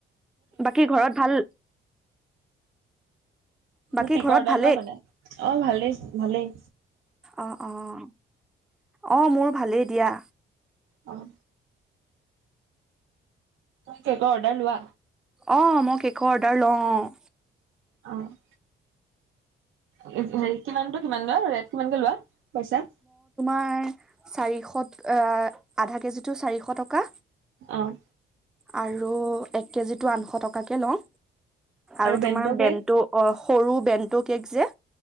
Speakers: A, in the centre; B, on the right (about 80°).
A: বাকী ঘৰত ভাল।
B: তুমি
A: বাকী
B: কেকৰ
A: ঘৰত
B: অৰ্ডাৰ
A: ভালেই?
B: লোৱা মানে। অঁ', -ভালেই-ভালেই।
A: অঁহ', -অঁহ', অঁ', -মোৰ ভালেই দিয়া।
B: অহ। তুমি কেকৰ অৰ্ডাৰ লোৱা?
A: অঁ', -মই কেকৰ অৰ্ডাৰ লওঁ অঁ',।
B: অহ'। হেৰি কিমানটো কিমান লোৱা, ৰেট কিমানকে লোৱা পইচা?
A: <unintelligible> চাৰিশত, এ' আধা কেজিটো চাৰিশ টকা।
B: অহ'।
A: আৰু এক কেজিটো আঠশ টকাকে লওঁ। আৰু
B: বেণ্টৰ
A: তোমাৰ
B: কেক?
A: বেনটো- অহ', সৰু বেণ্টো কেক যে